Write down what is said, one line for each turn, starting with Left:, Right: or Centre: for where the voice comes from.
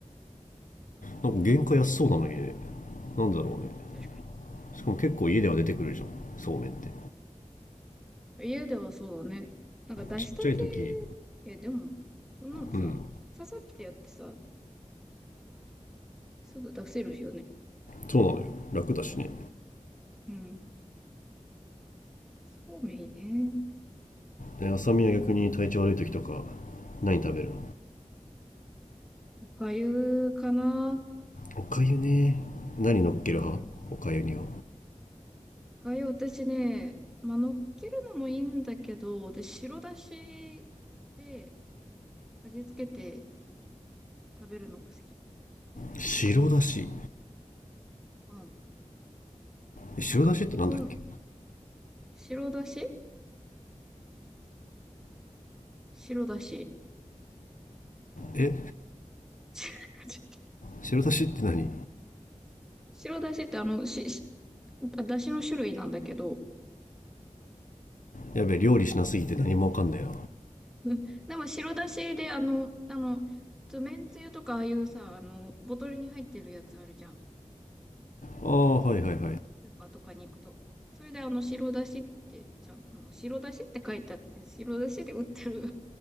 Left: なんか原価安そうなのにねなんだろうね
Centre: う。確かに。
Left: しかも結構家では出てくるじゃんそうめんって
Centre: 家ではそうだね。なんか出したて、
Left: ちっちゃい時
Centre: え、でも、そんなのさ、
Left: うん
Centre: ささってやってさ、すぐ出せるよね。
Left: そうなのよ楽だしね
Centre: うん。そうめんいいね。
Left: え浅見は逆に体調悪い時とか何食べるの
Centre: おかゆかな。
Left: おかゆね何乗っける派おかゆには
Centre: うん。がゆ、私ね、まあ、乗っけるのもいいんだけど、私、白だしで味付けて食べるのが好き。
Left: 白だし
Centre: うん。
Left: え白だしってなんだっけ
Centre: なんか、ほん、白だし白だし。
Left: え
Centre: <laughs>
Left: 白だしって何
Centre: 白だしってあの、し、しだしの種類なんだけど、
Left: やべえ料理しなすぎて何もわかんないな
Centre: <laughs> うんでも白だしであの、あの、つめんつゆとかああいうさ、あの、ボトルに入ってるやつあるじゃん。
Left: あーはいはいはい
Centre: スーパーとかに行くと。それであの、白だしって、ちゃん、あの、白だしって書いてあって、白だしで売ってる